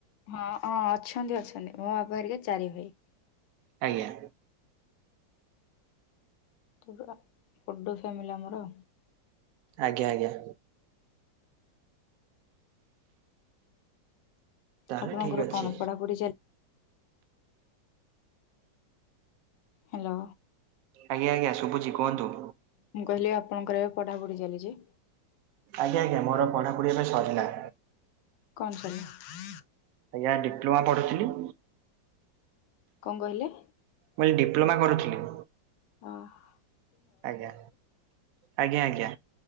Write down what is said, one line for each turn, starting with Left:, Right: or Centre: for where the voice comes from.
Left: ହଁ-ହଁ ଅଛନ୍ତି-ଅଛନ୍ତି ମୋ ବାପ ହେରିକା ଚାରି ଭାଇ।
Right: ଆଜ୍ଞା।
Left: ପୁରା ବଡ ଫ୍ୟାମିଲି ଆମର।
Right: ଆଜ୍ଞା-ଆଜ୍ଞା। ତାହେଲେ
Left: ଆପଣଙ୍କର
Right: ଠିକ ଅଛି
Left: କଣ ପଢାପଢି ଚାଲି ହେଲୋ।
Right: ଆଜ୍ଞା-ଆଜ୍ଞା ଶୁଭୁଛି କୁହନ୍ତୁ।
Left: ମୁଁ କହିଲି ଆପଣଙ୍କର ଏବେ ପଢାପଢି ଚାଲିଛି?
Right: ଆଜ୍ଞା ଆଜ୍ଞା, ମୋର ପଢାପଢ଼ି ଏବେ ସରିଲା।
Left: କଣ ସରିଲା?
Right: ଆଜ୍ଞା ଡିପ୍ଲୋମା ପଢ଼ୁଥିଲି।
Left: କଣ କହିଲେ?
Right: ମୁଁ ଏଇ ଡିପ୍ଲୋମା କରୁଥିଲି।
Left: ଓ ହ।
Right: ଆଜ୍ଞା। ଆଜ୍ଞା ଆଜ୍ଞା,